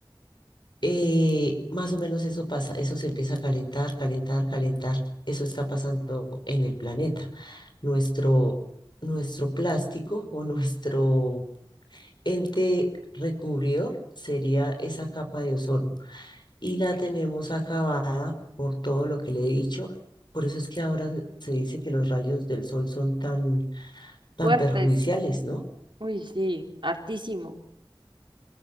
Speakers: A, on the left; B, on the right.
A: eh, más o menos eso pasa, eso se empieza a calentar, calentar, calentar. Eso está pasando en el planeta. Nuestro, nuestro plástico o nuestro ente recubridor sería esa capa de ozono y la tenemos acabada por todo lo que le he dicho. Por eso es que ahora se se dice que los rayos del sol son tan, tan
B: fuertes.
A: perjudiciales, ¿no?
B: Uy, sí, hartísimo.